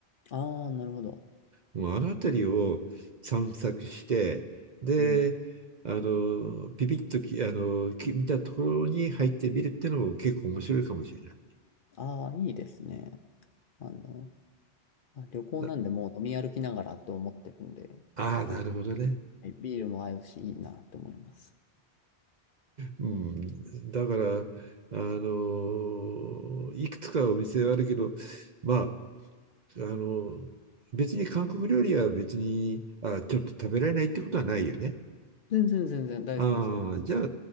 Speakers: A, on the left; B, on the right.
A: ああ、なるほど。
B: もうあの辺りを散策して、で、
A: うん。
B: あの、ビビッとき、あの、き見たところに入ってみるっていうのも結構面白いかもしれない。
A: ああ、いいですね。あの、まあ旅行なんでもう飲み歩きながらと思ってるんで、
B: なああ、
A: 韓国、
B: なるほどね。
A: はいビールも合うし、いいなって思います。
B: うん。だから、あの、いくつかお店はあるけど、まあ、あの、別に韓国料理は別に、あ、ちょっと食べられないってことはないよね。
A: 全然全然大好きですよ。
B: ああ、じゃあ、